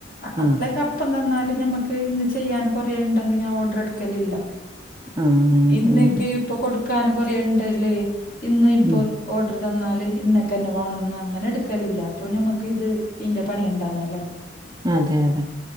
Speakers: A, on the left; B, on the right.
A: അപ്പളക്കെ
B: ആഹ്
A: ഇപ്പം തന്നാല് ഞമ്മക്ക് ഇന്ന് ചെയ്യാൻ കൊറെ ഇണ്ടങ്കി ഞാൻ ഓർഡർ എടുക്കലില്ല
B: ആഹ് അങ്ങനെ
A: ഇന്നൊക്കെ
B: ഉം
A: ഇപ്പൊ കൊടുക്കാൻ കൊറെ ഇണ്ട്ല്ലേ ഇന്ന് ഇപ്പൊ
B: ഉം
A: ഓർഡർ തന്നാല് ഇന്നൊക്ക ക്കെന്നെ വേണന്ന് അങ്ങനെ എടുക്കലില്ല അപ്പൊ ഞമ്മക്ക് ഇത് ഇന്റെ പണി ഇണ്ടാവുന്നല്ലേ
B: ആഹ് അതെ അതെ